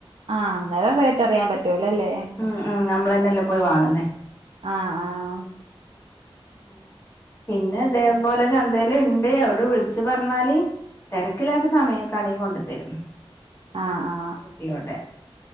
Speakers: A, on the right; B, on the left.
A: ആഹ് അന്നേരം
B: അപ്പം
A: റേറ്റ്
B: പിന്നെ
A: അറിയാൻ പറ്റുവലല്ലേ
B: ഉം ഉം നമ്മളന്നെല്ലേ പോയി വാങ്ങുന്നേ
A: ആഹ് ആഹ്
B: അങ്ങനെ പിന്നെ ഇതേപോലെ ചന്തലിണ്ട് അവ് വിളിച്ച് പറഞ്ഞാല് തിരക്കില്ലാത്ത സമയൊക്കെ ആണെങ്കിൽ കൊണ്ടു തരും
A: ആഹ് ആഹ്
B: ക്കിലോടെ